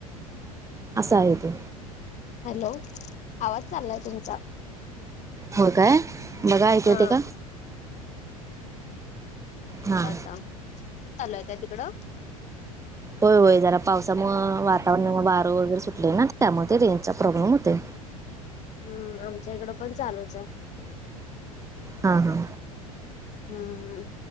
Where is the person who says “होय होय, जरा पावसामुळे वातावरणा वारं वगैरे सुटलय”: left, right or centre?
Right